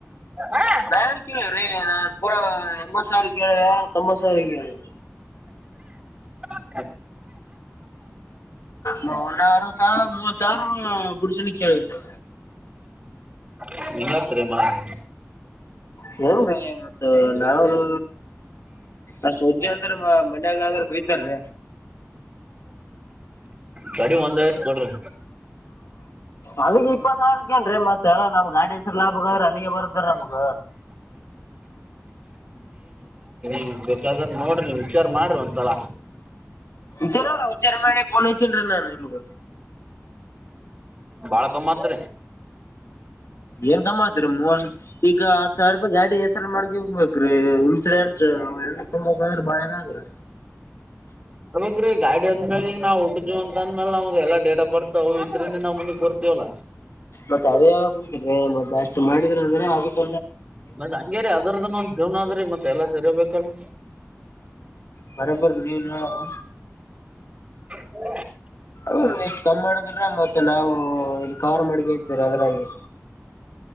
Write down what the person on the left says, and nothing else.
ಏನ್ ಕೇಳಿವ್ರಿ ಅ ನಾ ಪೂರಾ ಎಪ್ಪತ್ ಸಾವಿರ ಕೇಳದೆ ತೊಂಬತ್ ಸಾವಿರ ಕೇಳ್
ಮನಾರ ಸಹ ಮೂವತ ಸಾವಿರ ಬುಡಸಿ ನು ಕೇಳಿದ್ರು
ಹೌದ್ರಿ ಮತ್ತ ನಾವನು ಅಷ್ಟ್ ವಜ್ಜಿ ಅಂದ್ರ ಮನ್ಯಾಗ ಆದ್ರ ಬೈತಾರ್ರೀ.
ಅಲ್ಲಿಗ್ ಇಪ್ಪತ್ ಸಾವರಕ್ಕೇನ್ರೀ ಮತ್ತೆ ಎಲ್ಲ ನಮ್ಗ್ ಗಾಡಿ ಹೆಸರು ಲಾಭಕ್ಕ ಆದ್ರ ಅಲ್ಲಿಗೆ ಬರ್ದಾರ ನಮ್ಗ
ವಿಚಾರನ್ರ ವಿಚಾರ ಮಾಡಿ ಪೋನ್ ಹಚಿನ್ರ ನಾನ ನಿಮಗ
ಏನ್ ಕಮ್ಮ ಆತರಿ ಮೂವರ್ ಈಗ ಹತ್ ಸಾವಿರ ರೂಪಾಯಿ ಗಾಡಿ ಹೆಸರು ಮಾಡ್ಗಿ ಹೋಗ್ಬೇಕ್ರೀ ಇನ್ಸೂರೆನ್ಸ್ ಎಲ್ಲ ತಂಬಂದ್ರ ಬಾಳೆದಗ್ರಿ
ಮತ್ತತ್ ಅದೇ ಯ ಉಂಟಿ ಮ ಅಷ್ಟು ಮಾಡಿದ್ರ ಅಂದ್ರೆ ಆಗಕ್
ಬರಬರ್ ನೀವೂ ಹೇಳೋದು
ನಿವ ಕಮ್ಮ ಮಾಡಿದ್ರ ಮತ್ತೆ ನಾವು ಇ ಕವರ್ ಮಾಡಕೋತೀವಿ ಅದ್ರಾಗೆ